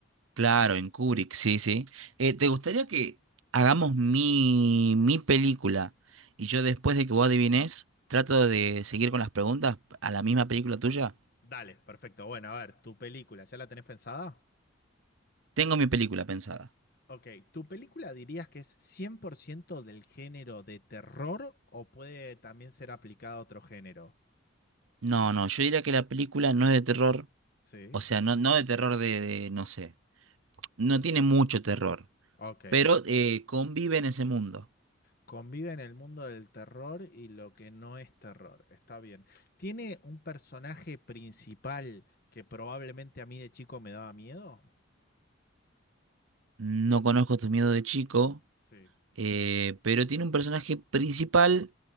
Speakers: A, on the right; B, on the left.
A: Claro, en Kubrick, sí, sí. Eh, ¿te gustaría que hagamos mi, mi película y yo después de que vos adivines, trato de seguir con las preguntas a la misma película tuya?
B: Dale, perfecto. Bueno, a ver, tu película, ¿ya la tenés pensada?
A: Tengo mi película pensada.
B: Ok, ¿tu película dirías que es 100% del género de terror o puede también ser aplicada a otro género?
A: No, no, yo diría que la película no es de terror,
B: Sí.
A: o sea, no, no de terror de, de, no sé, no tiene mucho terror,
B: Ok.
A: pero eh, convive en ese mundo.
B: Convive en el mundo del terror y lo que no es terror. Está bien. ¿Tiene un personaje principal que probablemente a mí de chico me daba miedo?
A: No conozco tus miedos de chico,
B: Sí.
A: eh, pero tiene un personaje principal,